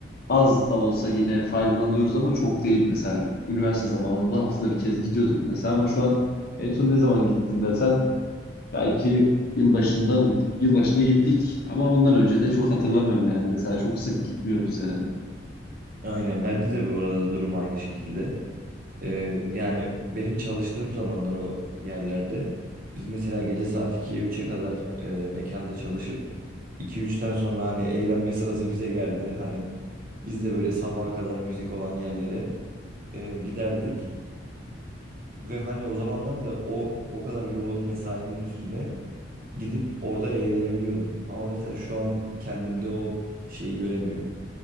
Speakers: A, on the left; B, on the right.
A: az da olsa yine faydalanıyoruz ama çok değil. Mesela üniversite zamanında haftada bir kez gidiyorduk mesela ama şu an en son ne zaman gittin desen belki yılbaşında mı gittik? Yılbaşında gittik ama ondan önce de çok hatırlamıyorum yani. Mesela çok sık gitmiyoruz yani.
B: Aynen bende de bu arada durum aynı şekilde. Ee, yani benim çalıştığım zamanlar o yerlerde biz mesela gece saat ikiye üçe kadar e, mekanda çalışıp iki üçten sonra hani eğlenme sırası bize geldi. Hani biz de böyle sabaha kadar müzik olan yerlere e, giderdik ve hani o zamanlar da o o kadar yoğun mesainin üstüne gidip orada eğlenebiliyordum. Ama mesela şu an kendimde o şeyi göremiyorum